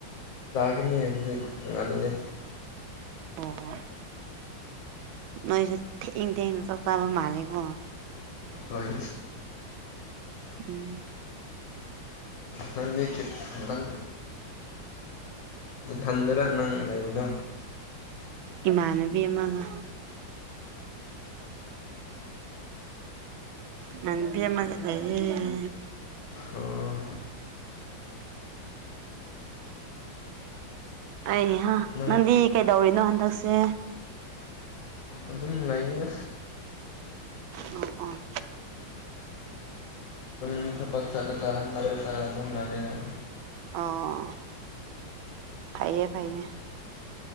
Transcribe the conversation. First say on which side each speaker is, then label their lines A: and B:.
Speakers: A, on the left; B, on the right.
A: ꯀꯒꯅꯤꯗꯤ ꯉꯜꯦ
B: ꯑꯣ ꯅꯣꯏꯁꯨ ꯊꯦꯡꯤꯡ ꯊꯦꯡꯤꯡ ꯅ ꯆ ꯆꯥꯕ ꯃꯥꯜꯦꯀꯣ
A: ꯍꯣꯏ
B: ꯎꯝ
A: ꯅꯪꯌꯦꯛ ꯅꯪ ꯊꯟꯗꯔꯥ ꯅꯪ ꯂꯩꯕꯗꯣ
B: ꯏꯃꯥꯟꯅꯕꯤ ꯑꯃꯒ ꯃꯟꯕꯤꯃꯒ ꯂꯩꯌꯦꯦ <unintelligible>
A: ꯑꯣ
B: ꯑꯩ ꯍ
A: ꯅꯪ
B: ꯅꯪꯗꯤ ꯀꯩꯗꯧꯔꯤꯅꯣ ꯍꯟꯗꯛꯁꯦ
A: ꯑꯗꯨꯝ ꯂꯩꯌꯦꯗ
B: ꯑ ꯑꯥ
A: <unintelligible> ꯊꯕꯛ ꯆꯠꯂꯒ ꯃꯔꯛꯇ ꯑꯗꯨꯝ ꯂꯩꯔ‌ꯦ
B: ꯑꯣ ꯐꯩꯌꯦ ꯐꯩꯌꯦ